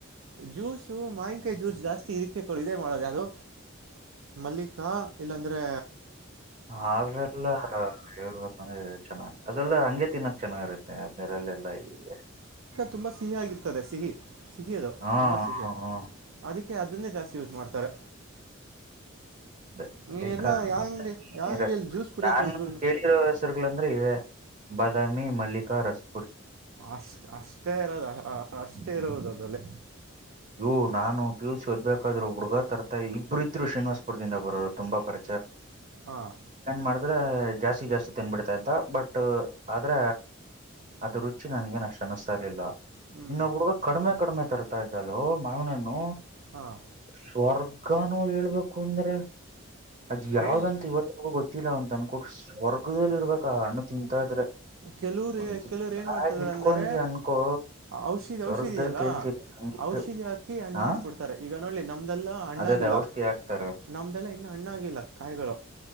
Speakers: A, on the right (about 75°); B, on the right (about 35°).
A: ಜ್ಯೂಸು ಮಾಹನ್ಕಾಯಿ ಜ್ಯೂಸ್ ಜಾಸ್ತಿ ಇರಿಕೆ ಕೊಡ ಇದೇ ಮಾಡೋದು ಯಾವ್ದು ಮಲ್ಲಿಕಾ ಇಲ್ಲಾಂದ್ರೆ
B: ಅವೆಲ್ಲ ಹೇಳ್ಬೇಕಂದ್ರೆ ಚೆನ್ನಾಗ್ ಅದೆಲ್ಲ ಹಂಗೆ ತಿನ್ನಕ್ ಚೆನ್ನಾಗಿರುತ್ತೆ ನ ಅಮೇರಲ್ಲ ಎಲ್ಲ ಇ
A: ತುಂಬಾ ಸಿಹಿಯಾಗಿರ್ತದೆ ಸಿಹಿ ಸಿಹಿ ಅದು
B: ಹಾ
A: ತುಂಬಾ ಸಿಹಿ
B: ಹಾ ಹಾ
A: ಅದಿಕ್ಕೆ ಅದನ್ನೇ ಜಾಸ್ತಿ ಯೂಸ್ ಮಾಡ್ತಾರೆ
B: ಮಲ್ಲಿಕಾ.
A: ನೀನೆಲ್ಲ ಯಾವ ಅಂಗಡಿ ಯಾವ
B: ಹ್ಮ
A: ಅಂಗಡಿಯಲ್ಲಿ ಜ್ಯೂಸ್ ಕುಡಿಯೋಕೆ
B: ನಾನ್
A: ಹೋದ್ರೂ
B: ಕೇಳ್ತಿರೋ ಹೆಸರುಗಳಂದ್ರೆ ಇವೆ ಬಾದಾಮಿ ಮಲ್ಲಿಕಾ ರಸ್
A: ಅಷ್ಟ ಅಷ್ಟೇ ಇರದು ಅಷ್ಟೇ ಇರುವುದು ಅದಲ್ಲೇ
B: ಇ್ ನಾನು ಪಿಯ ಯು ಸಿ ಓದ್ಬೇಕಾದ್ರು ಹುಡುಗ ತರತಾಯಿ ಇಬ್ಬರು ಇದ್ರು ಶ್ರೀನಿವಾಸಪುರದಿಂದ ಬರೋರು ತುಂಬಾ ಪರ
A: ಹಾಂ
B: ಮಾಡ ಅಂದ್ರೆ ಜಾಸ್ತಿ ಜಾಸ್ತಿ ತಿನ್ಬಿಡ್ತಾ ಇದ್ದ ಬಟ್ ಆದ್ರ ಅದು ರುಚಿ ನನ್ಗೆ ಅಷ್ಟು ಅನಸರ್ಲಿಲ್ಲ
A: ಹ್ಞೂ
B: ಇನ್ನೊಬ್ ಹುಡುಗ ಕಡಿಮೆ ಕಡಿಮೆ ತರ್ತಾ ಇದ್ದಳು ಮಾವನ್ಣ
A: ಹಾಂ
B: ಸ್ವರ್ ಈಗಾನೋ ಹೇಳ್ಬೇಕು ಅಂದ್ರೆ ಅದ್
A: ಹೇ
B: ಯಾವ್ದಂತ ಇವತ್ತಗೂ ಗೊತ್ತ ಗತ್ತಿಲ್ಲ ಒಂತ ಅನ್ಕಟ್ಟು ಸ್ವರ್ಗದದಲ್ಲಿ ಇರ್ಬೇಕ ಆ ಹಣ್ಣು ತಿಂತಾದ್ರೆ
A: ಕೆಲವ್ರು
B: ಒಂಚ
A: ಕೆಲವ್ರು
B: ಬಾಗ
A: ಏನು ಮಾಡ್ತಾರೆ
B: ಇಟ್ಕೊಂತಿ
A: ಅಂದರೆ
B: ಅನ್ಕೋ
A: ಔಷಧಿ
B: ಹೊರ್ಗದಲ್ಲಿ
A: ಔಷಧಿ ಇದೆಯಲ್ಲ
B: ತೇಳ್ತರಿ ಹಂಗಿತ್ತು
A: ಔಷಧಿ ಹಾಕಿ ಅಣ್ಣು
B: ಹಾ
A: ಮಾಡಸ್ಬಿಡ್ತಾರೆ ಈಗ ನೋಲಿ ನಮ್ದೆಲ್ಲಾ ಅಣ್ಣ
B: ಅದೇ ಅದೇ
A: ಇಲ್ಲ
B: ಔಷಧಿ ಹಾಕ್ತಾರೆ
A: ನಮ್ದ ಇಲ್ಲ ಇನ್ನು ಅಣ್ಣ ಆಾಗಿಲ್ಲ ಕಾಯಿಗಳು